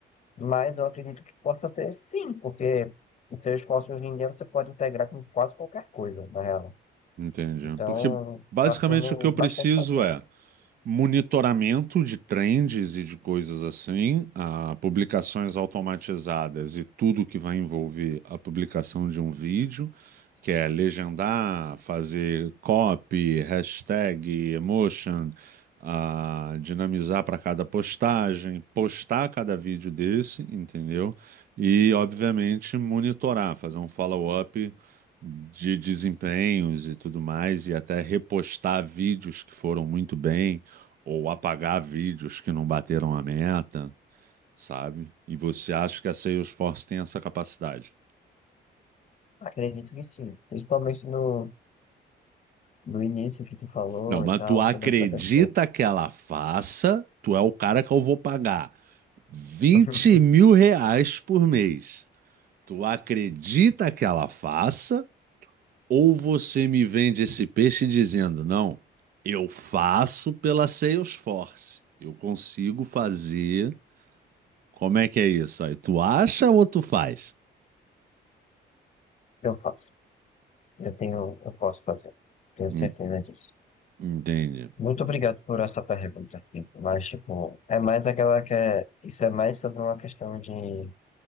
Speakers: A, on the left; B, on the right.
A: mas eu acredito que possa ser sim, porque o Salesforce hoje em dia você pode integrar com quase qualquer coisa, na real.
B: Entendi.
A: Então,
B: Porque basicamente
A: está sendo
B: o que eu
A: bastante
B: preciso
A: bacana.
B: é monitoramento de trends e de coisas assim, ah, publicações automatizadas e tudo que vai envolver a publicação de um vídeo, que é legendar, fazer copy, hashtag, emotion, ah, dinamizar para cada postagem, postar cada vídeo desse, entendeu? E, obviamente, monitorar, fazer um follow-up de desempenhos e tudo mais, e até repostar vídeos que foram muito bem ou apagar vídeos que não bateram a meta, sabe? E você acha que a Salesforce tem essa capacidade?
A: Acredito que sim, principalmente no, no início que tu falou
B: Não, mas
A: e tal,
B: tu acredita
A: sobre essa questão.
B: que ela faça? Tu é o cara que eu vou pagar 20
A: <laughs>
B: mil reais por mês. Tu acredita que ela faça? Ou você me vende esse peixe dizendo, não, eu faço pela Salesforce. Eu consigo fazer. Como é que é isso aí? Tu acha ou tu faz?
A: Eu faço. Eu tenho, eu posso fazer. Tenho
B: Hum,
A: certeza disso.
B: Entendi.
A: Muito obrigado por essa pergunta, tipo, mas, tipo, é mais aquela que é, isso é mais sobre uma questão de,